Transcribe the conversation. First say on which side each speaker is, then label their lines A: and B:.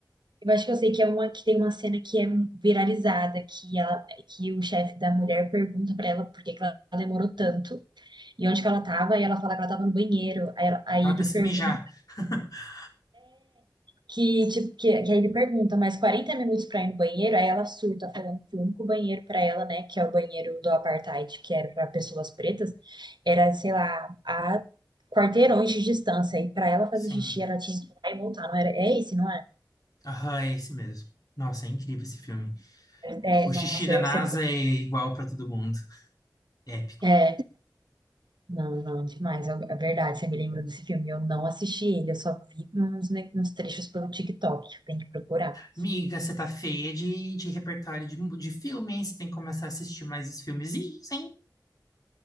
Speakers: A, on the right; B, on the left.
A: Eu acho que eu sei que é uma que tem uma cena que é viralizada, que ela, que o chefe da mulher pergunta pra ela por que que ela demorou tanto e onde que ela tava, e ela fala que ela tava no banheiro. Aí, ela- aí
B: Ela
A: ele
B: precisa
A: pergunta
B: mijar. <laughs>
A: Que, tipo, que, que aí ele pergunta, mais 40 minutos pra ir no banheiro, aí ela surta, falando que o único banheiro pra ela, né, que é o banheiro do apartheid, que era pra pessoas pretas, era, sei lá, a quarteirões de distância, e pra ela fazer
B: Sim.
A: xixi, ela tinha que ir lá e voltar, não era, é esse, não é?
B: Aham, é esse mesmo. Nossa, é incrível esse filme.
A: É,
B: O xixi
A: nossa,
B: da
A: eu
B: NASA
A: sempre,
B: é igual pra todo mundo. Épico.
A: é, não, não, demais, é é verdade, você me lembrou desse filme, eu não assisti ele, eu só vi uns, ne- uns trechos pelo TikTok, eu tenho que procurar.
B: Miga, você tá feia de, de repertório de, de filme, hein? Você tem que começar a assistir mais os filmezinhos, hein?